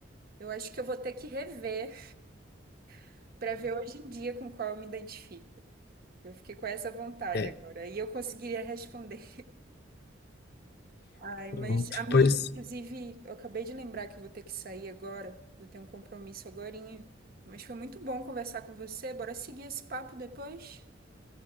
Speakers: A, on the right; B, on the left.
A: Eu acho que eu vou ter que rever <laughs> pra ver hoje em dia com qual eu me identifico. Eu fiquei com essa vontade
B: É,
A: agora. E eu conseguiria responder. Ai,
B: pronto.
A: mas, amigo,
B: Pois
A: inclusive, eu acabei de lembrar que eu vou ter que sair agora. Eu tenho um compromisso agorinha. Mas foi muito bom conversar com você. Bora seguir esse papo depois?